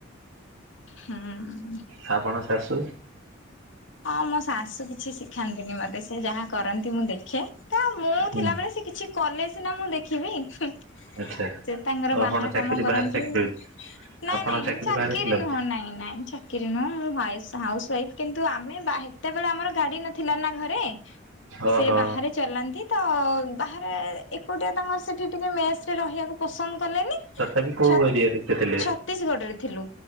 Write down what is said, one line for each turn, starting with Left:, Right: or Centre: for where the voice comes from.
Left: ହୁଁ,
Right: ହାପଣ ଶାଶୁ
Left: ହଁ ମୋ ଶାଶୁ କିଛି ଶିଖାନ୍ତିନି ମତେ ସେ ଯାହା କରନ୍ତି ମୁଁ ଦେଖେ ତା ମୁଁ
Right: ହୁଁ
Left: ଥିଲାବେଳେ ସେ କିଛି କଲେ ସିନା ମୁଁ ଦେଖିବି। ହୁ
Right: ଆଚ୍ଛା।
Left: ସେ ତାଙ୍କର
Right: ଆଉ ଆପଣ
Left: ବାହାର
Right: ଚାକିରି
Left: କାମ କରନ୍ତି।
Right: ବାହାରେ ଚାକିରି
Left: ନାଇଁ
Right: ଆପଣ
Left: ନାଇଁ ଚାକିରି
Right: ବାହାରେ ଥିଲା ବୋଧେ
Left: ନୁହଁ ନାଇଁ ନାଇଁ ଚା କିରି ନୁହଁ ମୁଁ ହୁଆଉସ ହାଉସ୍ ୱାଇଫି କିନ୍ତୁ ଆମେ ବା ହେତେବେଳେ ଆମର ଗାଡି ନଥିଲାନା ଘରେ
Right: ଓହୋ।
Left: ସେ ବାହାରେ ଚଲାନ୍ତି ତ ବାହାରେ ଏକୁଟିଆ ତାଙ୍କର ସେଠି ଟିକେ ମେସରେ ରହିବାକୁ ପସନ୍ଦ କଲେନି
Right: ତଥାପି କୋଉ
Left: ଛତ୍
Right: ଏରିଆରେ ସେ ଥିଲେ
Left: ଛତିଶଗଡରେ ଥିଲୁ।